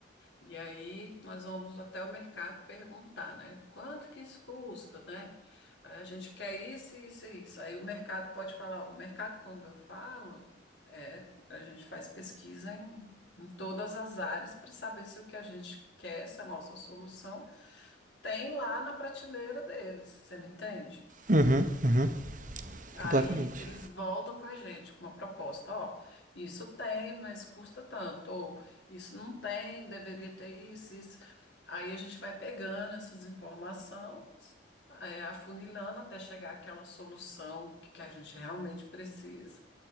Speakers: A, on the left; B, on the right.
A: E aí nós vamos até o mercado perguntar, né? Quanto que isso custa, né? A gente quer isso, isso e isso. Aí o mercado pode falar, o mercado, quando eu falo, é, a gente faz pesquisa em, em todas as áreas para saber se o que a gente quer, se a nossa solução tem lá na prateleira deles. Você me entende?
B: Uhum, uhum,
A: Aí
B: completamente.
A: eles voltam com a gente com uma proposta, ó, isso tem, mas custa tanto, ou isso não tem, deveria ter isso, isso. Aí a gente vai pegando essas informações, é, afunilando até chegar àquela solução que, que a gente realmente precisa.